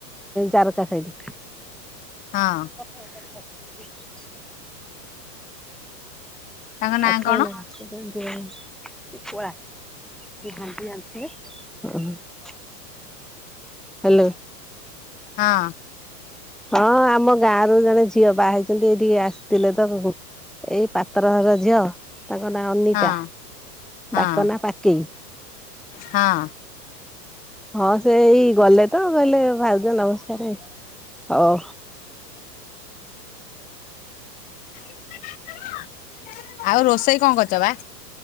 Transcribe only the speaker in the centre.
ଜାରକା ସାଇଟି।
<inaudible>
ଆଖ
ହେ ଲାଗଛି। ହ୍ୟାଲୋ।
ହଁ ଆମ ଗାଁ ର ଜଣେ ଝିଅ ବା ହେଇଛନ୍ତି ଏଇଠିକେ ଆସିଥିଲେ ତ ଏଇ ପାତ୍ର ଘର ଝିଅ। ତାଙ୍କ ନାଁ ଅନିତା
ତାଙ୍କ ନାଁ ପାକେଇ।
ହଁ ସେଇ ଗଲେ ତ କହିଲେ ଭାଉଜ ନମସ୍କାରେ ହଉ।